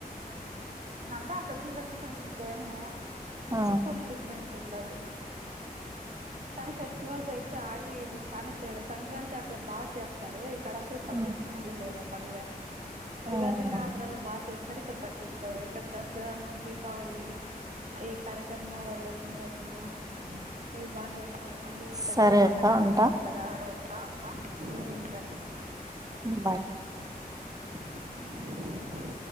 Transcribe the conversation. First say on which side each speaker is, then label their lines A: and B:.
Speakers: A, on the right (about 50°); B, on the right (about 25°).
A: అంటే అక్కడికి ఇక్కడికి కొంచెం సేమే
B: ఆ!
A: కొన్ని డిఫరెన్స్ ఉండది కానీ ఫెస్టివల్స్ అయితే ఆడవిడివి చాలా తేడా సంక్రాంతి అక్కడ బా చేస్తారు ఇక్కడ అసలు పట్టించుకునేది
B: హ్మ్.
A: లేదు ఆ పండుగ
B: హ్మ్.
A: ఉగాదిని ఆంధ్రాలో బాగా చేస్తారు ఇక్కడ పట్టించుకు బరు ఇక్కడ దసరాను దీపావళ ఈ కరకము వరలక్ష్మీ వ్రతము ఇవి బాచేస్తారు మళ్ళీ పెద్దల
B: సరే
A: పండగ
B: అక్క ఉంటా.
A: వస్తుంది కదా సరే అక్కడ ఉంటా మ్మ్ సరే
B: బాయ్
A: ఉ